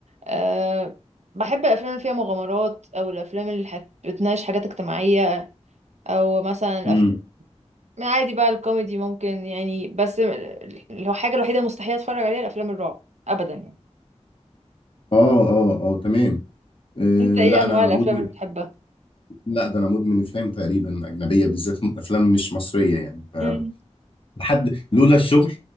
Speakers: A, on the right; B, on the left.
A: أه بحب الافلام اللي فيها مغامرات او الافلام اللي حت- بتناقش حاجات اجتماعيه او مثلا الافلام
B: امم
A: يعني عادي بقى الكوميدي ممكن يعني بس ال- الحاجه الوحيده مستحيل اتفرج عليها الافلام الرعب ابدا يعني
B: اه اه اه تمام أه
A: انت ايه
B: لا
A: انواع
B: انا
A: الافلام
B: مدمن
A: اللي بتحبها
B: لا ده انا مدمن افلام تقريبا اجنبيه بالذات افلام مش مصريه يعني ف
A: امم
B: لحد لولا الشغل